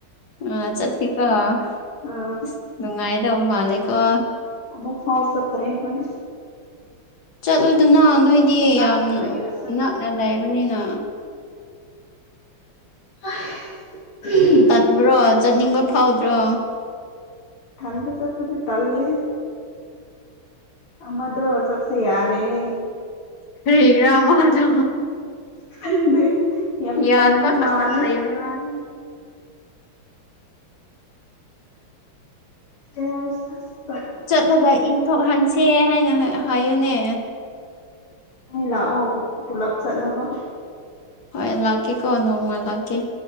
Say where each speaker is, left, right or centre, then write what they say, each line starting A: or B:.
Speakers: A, on the left; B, on the left.
A: ꯑꯥ ꯆꯠꯁꯤꯀꯣ ꯑꯁ
B: ꯑ
A: ꯅꯨꯡꯉꯥꯏꯗꯧ ꯃꯥꯂꯦꯀꯣ
B: ꯑꯃꯨꯛꯐꯥꯎ ꯆꯠꯇ꯭ꯔꯤ ꯑꯩꯈꯣꯏ
A: ꯆꯠꯂꯨꯗꯅ ꯅꯣꯏꯗꯤ
B: ꯅꯛꯅ
A: ꯌꯥꯝ
B: ꯂꯩꯔꯁꯨ
A: ꯅꯛꯅ ꯂꯩꯕꯅꯤꯅ
B: ꯑꯍꯝ
A: ꯇꯟꯕ꯭ꯔꯣ ꯆꯠꯅꯤꯡꯕ ꯐꯥꯎꯗ꯭ꯔꯣ
B: ꯊꯥꯟꯗ ꯆꯠꯄꯗꯤ ꯇꯜꯂꯦꯍꯦ ꯑꯃꯗꯣ ꯆꯠꯁꯦ ꯌꯥꯗꯦꯅꯦ
A: ꯀꯔꯤꯒꯤꯔ ꯃꯗꯣ
B: ꯈꯪꯗꯦ ꯌꯥꯝ
A: ꯌꯥꯗ
B: ꯇꯟꯕ
A: ꯈꯛꯇ
B: ꯃꯥꯜꯂꯦ
A: ꯂꯩꯕ ꯋꯥꯅꯤ
B: <unintelligible>
A: ꯆꯠꯂꯒ ꯏꯪꯊꯣꯛꯍꯟꯁꯦ ꯍꯥꯏꯅ ꯍꯥꯏꯌꯣꯅꯦ
B: ꯅꯣꯏ ꯂꯥꯛꯑꯣ ꯄꯨ ꯄꯨꯂꯞ ꯆꯠꯅꯕ
A: ꯍꯣꯏ ꯂꯥꯛꯀꯦꯀꯣ ꯅꯣꯡꯃ ꯂꯥꯛꯀꯦ